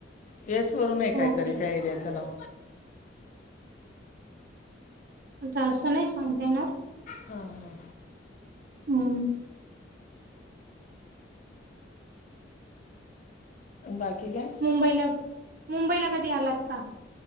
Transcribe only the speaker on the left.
येस वरून आहे काहीतरी
त्या एरियाचं नाव.
हा हा.
बाकी काय?